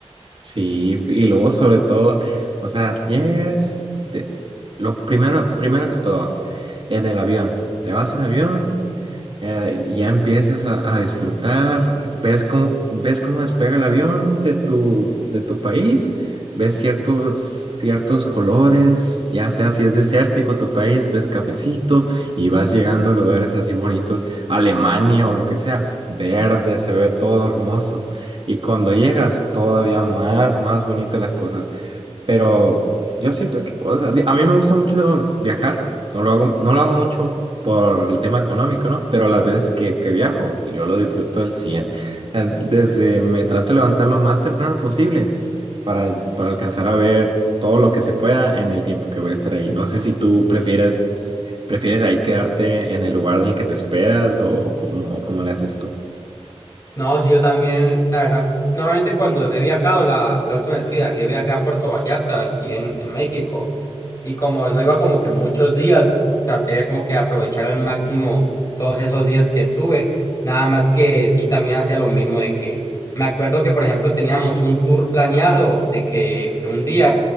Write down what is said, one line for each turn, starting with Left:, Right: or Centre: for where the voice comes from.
Right: Sí, y luego sobre todo, o sea, llegas, te- lo primero, primero que todo, en el avión, te vas en avión. eh, ya empiezas a, a disfrutar, ves cómo, ves cómo despega el avión de tu, de tu país, ves ciertos, ciertos colores, ya sea si es desértico tu país, ves cafecito y vas llegando a lugares así bonitos, Alemania o lo que sea, verde, se ve todo hermoso. Y cuando llegas, todavía más, más bonitas las cosas. Pero yo siento que, o sea, di- a mí me gusta mucho viajar. No lo hago, no lo hago mucho por el tema económico, ¿no? Pero las veces que, que viajo, yo lo disfruto al cien Eh, Desde me trato de levantar lo más temprano posible para, para alcanzar a ver todo lo que se pueda en el tiempo que voy a estar ahí. No sé si tú prefieres, prefieres ahí quedarte en el lugar en el que te esperas o, o cómo, o cómo le haces
Left: No, sí, yo también, la verdad, normalmente cuando he viajado, la, la última vez que viajé, viajé a Puerto Vallarta, aquí en, en México, y como no iba como que muchos días, traté de como que aprovechar al máximo todos esos días que estuve, nada más que sí, también hacía lo mismo de que, me acuerdo que, por ejemplo, teníamos un tour planeado de que un día,